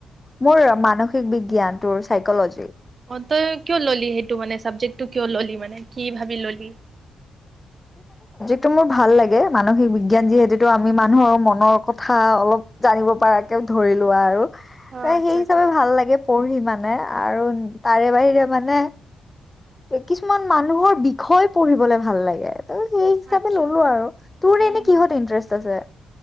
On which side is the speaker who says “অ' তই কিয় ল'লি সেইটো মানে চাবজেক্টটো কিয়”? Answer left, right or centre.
Right